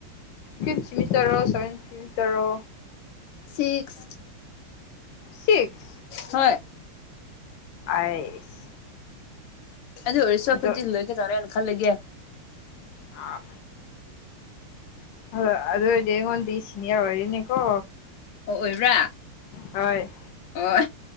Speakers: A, on the left (about 65°); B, on the left (about 85°).
A: ꯐꯤꯞ ꯁꯤꯃꯤꯁꯇ꯭ꯔꯔꯣ ꯁꯚꯦꯟ ꯁꯤꯃꯤꯁꯇ꯭ꯔꯔꯣ
B: ꯁꯤꯛꯁ
A: ꯁꯤꯛꯁ
B: ꯍꯣꯏ
A: ꯑꯥꯏꯁ
B: ꯑꯗꯨ ꯑꯣꯏꯔꯁꯨ ꯑꯩꯈꯣꯏꯗꯤ
A: ꯑꯗꯣ
B: ꯂꯣꯏꯒꯗꯧꯔꯦꯅ ꯈꯜꯂꯒꯦ
A: ꯑꯥ ꯍꯣꯏ ꯑꯗꯨ ꯑꯣꯏꯔꯗꯤ ꯑꯩꯉꯣꯟꯗꯒꯤ ꯁꯤꯅꯤꯌ꯭ꯔ ꯑꯣꯏꯔꯦꯅꯦꯀꯣ
B: ꯑꯣ ꯑꯣꯏꯕ꯭ꯔꯥ
A: ꯍꯣꯏ
B: ꯑꯣ